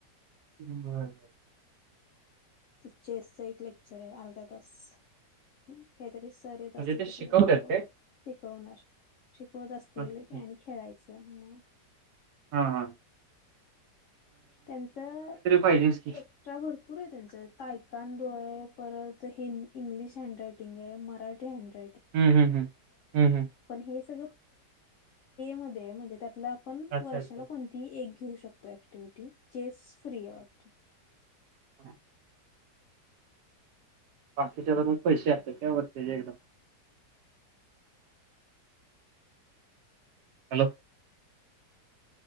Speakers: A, on the right; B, on the left.
A: बर बर
B: टीचर्सचा एक लेक्चर आहे अर्धा तास काहीतरी
A: म्हणजे
B: अस
A: ते शिकवतात
B: कुठ श
A: काय?
B: शिकवणार शिकवत असतील
A: अच्छा.
B: आणि खेळायचं मग
A: हा हा
B: त्यां
A: पाहिजेच की.
B: एट्रा भरपूर त्यांय तो आहे परत हि इंग्लिश हँड रायटिंग आहे मराठी हँड
A: हं, हं, हं. हं, हं.
B: पण हे स म्हण त्या आपण
A: अच्छा,
B: वर्षाला
A: अच्छा.
B: कोणती एक घेऊ शकतो ऍक्टिव्हटी जेस फ्री आहे वाटत
A: हम बाकीच्या तर मग पैसे असतात वरतीचे एकदम हॅलो..